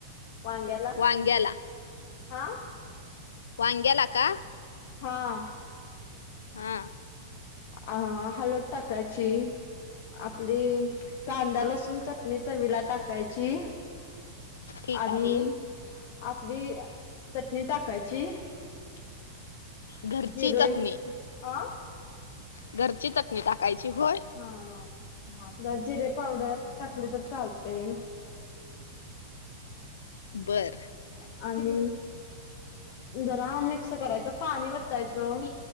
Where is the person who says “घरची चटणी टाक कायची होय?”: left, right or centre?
Left